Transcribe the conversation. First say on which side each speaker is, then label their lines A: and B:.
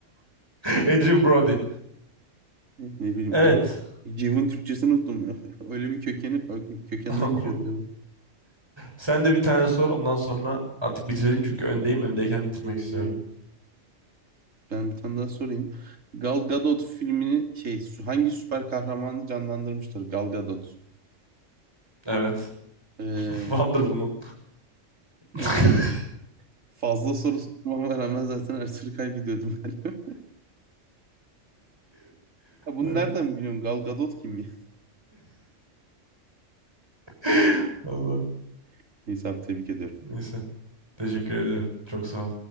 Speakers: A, on the right; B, on the right.
A: <laughs> Adrian Brody.
B: E, Ne bileyim.
A: Evet.
B: En... Cıv'ın Türkçesini unuttum. ya. <laughs> Öyle bir kökeni, kökenden
A: <laughs>
B: geliyordu ya bu.
A: Sen de bir tane sor ondan sonra artık bitirelim çünkü öndeyim. Öndeyken
B: Ee,
A: bitirmek istiyorum.
B: Ben bir tane daha sorayım. Gal Gadot filmini şey su- hangi süper kahramanı canlandırmıştır Gal Gadot?
A: Evet.
B: Ee,
A: <laughs> Wonder Woman.
B: neyse
A: <laughs>
B: tamam. Fazla soru sormama rağmen zaten her türlü kaybediyordum <laughs> galiba. Ya Bunu
A: Evet.
B: nereden biliyorsun? Gal Gadot kim ya?
A: <laughs> Allah'ım.
B: <laughs> Neyse abi tebrik ediyorum.
A: Neyse. Teşekkür ediyorum. Çok sağ ol.